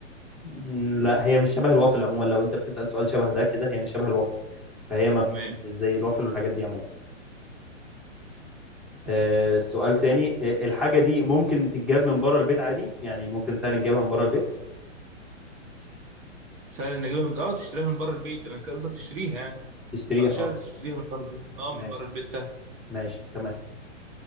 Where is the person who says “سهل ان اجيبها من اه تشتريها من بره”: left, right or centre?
Right